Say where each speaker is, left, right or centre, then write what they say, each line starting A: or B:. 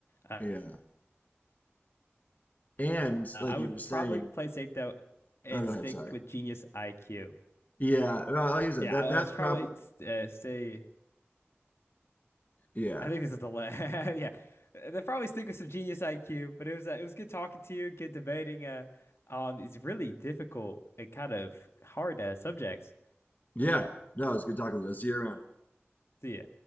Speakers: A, on the left (about 70°); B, on the left (about 40°).
A: Uh,
B: yeah. And
A: I
B: like
A: would
B: you were saying,
A: probably play safe though and
B: oh, go
A: stick
B: ahead, sorry.
A: with genius IQ.
B: Yeah, no, like you said,
A: Yeah,
B: that,
A: uh,
B: that
A: it's probably
B: probably,
A: uh, say
B: yeah,
A: I think this is the last. <laughs> Yeah, they probably stick with some genius IQ, but it was uh, it was good talking to you, good debating uh on these really difficult and kind of hard uh, subjects.
B: yeah. No, it's good talking with you. I'll see you around.
A: See ya.